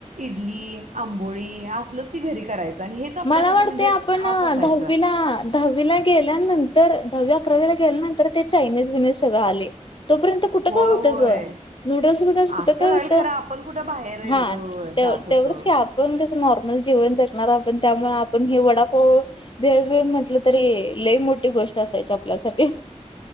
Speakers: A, on the right; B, on the left.
A: इडली आंबोळी असलच की घरी करायच. आणि हेच आपल्यासाठी
B: मला वाटते
A: म्हणजे
B: आपण
A: खास असायचं.
B: दहावीला दहावीला गेल्यानंतर दहावी अकरावीला गेल्यानंतर ते चायनीज बिनिज सगळं आलय. तोपर्यंत कुठं
A: होय
B: काय होतं
A: होय
B: ग नूडल्स वुडल्स कुठं
A: असेल
B: काय होतं
A: खरं आपण कुठं बाहेर एवढं
B: हा तेवढ
A: जात होतो
B: तेवढच की आपण कसं नॉर्मल जीवन जगणार त्यामुळे आपण हे वडापाव भेळ भेळ म्हटल तरी लई मोठी गोष्ट असायची आपल्यासाठी